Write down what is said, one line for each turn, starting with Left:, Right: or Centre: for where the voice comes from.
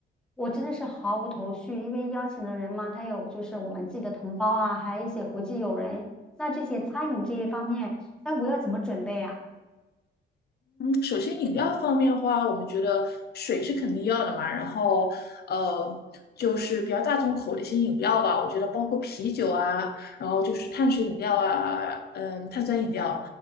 Centre: 我真的是毫无头绪，因为邀请的人嘛，他有就是我们自己的同胞啊，还有一些国际友人。那这些餐饮这一方面，哎，我要怎么准备啊？
Left: 首先饮料方面的话，我们觉得水是肯定要的嘛，然后呃，就是比较大众口的一些饮料吧，我觉得包括啤酒啊，然后就是碳水饮料啊，嗯，碳酸饮料，